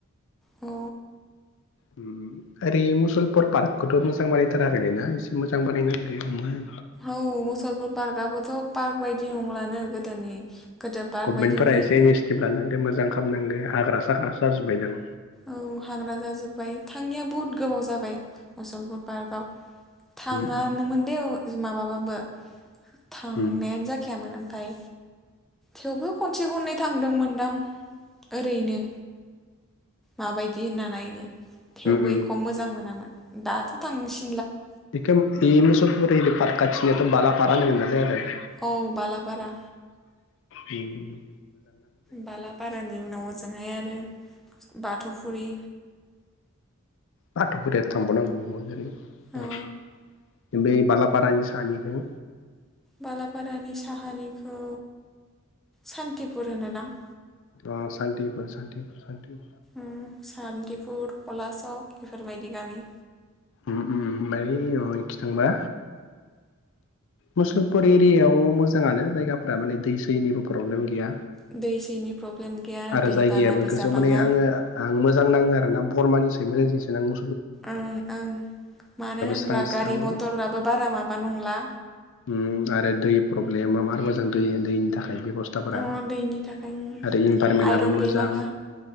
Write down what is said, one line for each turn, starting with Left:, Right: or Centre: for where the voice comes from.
Centre: औ
Left: उम उम ओरै मुसलपुर पार्कखौथ' मोजां बानायथाराखैलै ना एसे मोजां बानायनो गौ मान
Centre: औ मुसलपुर पार्कआबोथ' पार्क बायदि नंलानो गोदोनि गोदो पार्क
Left: गभमेन्टफोरा
Centre: बायदि नुयोमोन
Left: एसे इनिसटिभ लानांगो मोजां खालामनांगो हाग्रा साग्रा जाजोबाय दां।
Centre: औ हाग्रा जाजोब्बाय थाङिया बुहुद गोबाव जाबाय मुसलपुर पार्कआव। थाङानोमोन
Left: उम
Centre: दे अ' माबाबाबो थांनायानो
Left: उम
Centre: जाखायामोन ओम फाय थेवबो खनसे खननै थांदोंमोनदां ओरैनो। माबायदि होनना नायनो थेवबो
Left: उम उम
Centre: एख' मोजां मोनामोन दाथ' थांसि
Left: बेखो उम इ मसलपुरिनि पार्क खाथिनोथ' बालाफारा होनोमोनना जायगाखौ।
Centre: औ बालापारा
Left: उम
Centre: बाला फारानि उनाव ओजोंहाय आरो बाथ'फुरि
Left: बाथौ फुरिया थांबाव नांगौ ओरै उम।
Centre: औ
Left: उम बै बालापारानि सानिखो
Centre: बालापारानि साहानिखौ सान्थिपुर होनोदां।
Left: अ' सान्थिफुर सान्थिफुर सान्थि
Centre: उम सान्थिपुर कलासक बेफोरबायदि गामि
Left: उम उम बै माबानिखि थांबा मुसलपुर एरियायाव मोजाङानो जायगाफोरा माने दै सैनिबो प्रब्लेम गैया।
Centre: दै सैनि प्रब्लेम गैया
Left: आरो
Centre: दैबानाबो
Left: जायगायाबो गोजौ
Centre: जाबाङा
Left: माने आङो आं मोजां नाङो आरोना बरमानिसाय मोजांसिनसो नांङो
Centre: ओं ओं मानो होनब्ला
Left: स्रां स्रां
Centre: गारि मटराबो बारा माबा नंला
Left: उम आरो दै प्रब्लेमा मार मोजां दै-दैनि था खाय बेब'स्थाफोरा
Centre: अ दैनि थाखाय
Left: आरो इनभारमेन्टआबो
Centre: आइरन
Left: मोजां।
Centre: गैबाङा